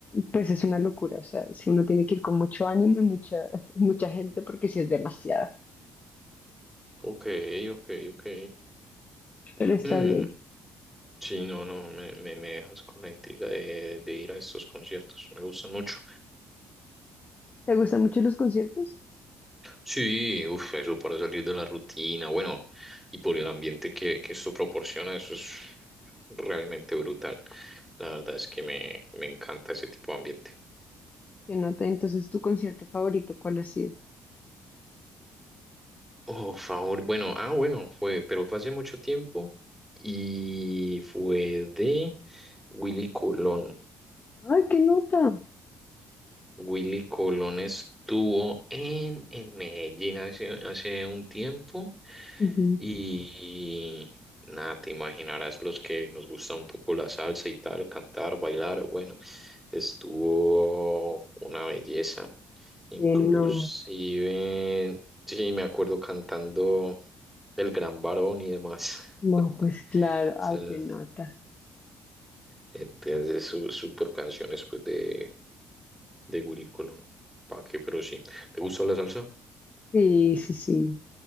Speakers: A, on the left (about 35°); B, in the centre.
A: Pues es una locura, o sea, si uno tiene que ir con mucho ánimo y mucha, <laughs> mucha gente porque si es demasiada,
B: Ok, ok, ok.
A: pero está
B: Mm,
A: bien.
B: sí, no, no, me, me, me dejas con la intriga de, de ir a estos conciertos. Me gustan mucho.
A: ¿Te gustan mucho los conciertos?
B: Sí, uff eso para salir de la rutina, bueno, y por el ambiente que, que esto proporciona, eso es realmente brutal. La verdad es que me, me encanta ese tipo de ambiente.
A: ¿Qué nota? Entonces, ¿tu concierto favorito cuál ha sido?
B: Oh, favor. Bueno, ah, bueno, fue, pero fue hace mucho tiempo y fue de Willy Colón.
A: ¡Ay, qué nota!
B: Willy Colón estuvo en, en Medellín hace, hace un tiempo
A: Ujú.
B: y nada, te imaginarás los que nos gusta un poco la salsa y tal, cantar, bailar. Bueno, estuvo una belleza. Inclusive,
A: ¿Qué nota?
B: sí, me acuerdo cantando El Gran Varón y demás. <laughs>
A: No, pues claro, ¡ay,
B: sea,
A: qué nota!
B: eh, tiene sus super canciones pues de, de Willy Colón. ¿Para qué? Pero sí. ¿Te gusta la salsa?
A: Sí, sí, sí,